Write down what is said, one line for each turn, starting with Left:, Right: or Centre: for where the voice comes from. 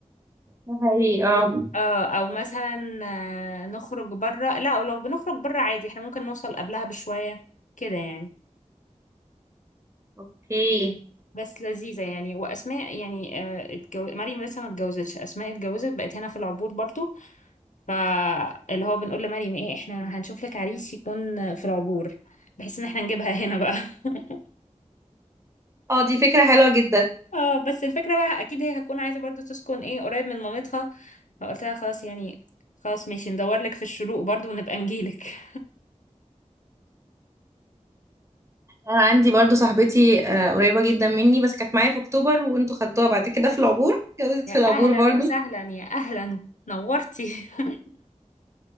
Right: ده حقيقي اه
Left: اه او مثلا آه، نخرج بره لا لو بنخرج بره عادي احنا ممكن نوصل قبلها بشوية كده يعني
Right: اوكي
Left: بس لذيذة يعني واسماء يعني آه، اتجو... مريم لسه ما اتجوزتش اسماء اتجوزت بقت هنا في العبور برضو فاللي هو بنقول لمريم ايه احنا هنشوف لك عريس يكون في العبور بحيث ان احنا نجيبها هنا بقى <laughs>
Right: اه دي فكره حلوه جدا
Left: اه بس الفكرة بقى اكيد هي هتكون عايزة برضو تسكن ايه قريب من مامتها فقلت لها خلاص يعني خلاص ماشي ندور لك في الشروق برضو ونبقى نجيلك
Right: انا عندي برضو صاحبتي آه، قريبه جدا مني بس كانت معايا في اكتوبر وانتوا خدتوها بعد كده في العبور
Left: <laughs>
Right: اتجوزت
Left: يا
Right: في
Left: اهلا
Right: العبور برضو
Left: وسهلا يا اهلا نورتي <laughs>